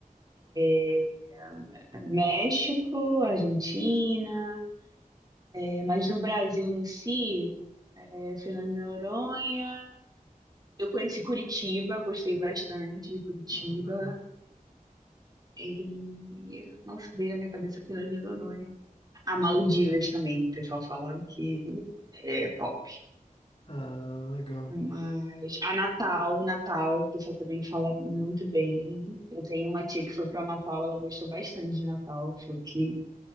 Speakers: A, on the right; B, on the left.
A: É, é, México, Argentina. É, Mas no Brasil em si, é, Fernando de Noronha, eu conheci Curitiba, gostei bastante de Curitiba.
B: Ah, legal.
A: E, nossa, que veio na minha cabeça Fernando de Noronha. A Maldivas também, o pessoal falava que é top.
B: Ah, legal.
A: Mas a Natal, Natal, o pessoal também fala muito bem. Eu tenho uma tia que foi para Natal, ela gostou bastante de Natal, falou que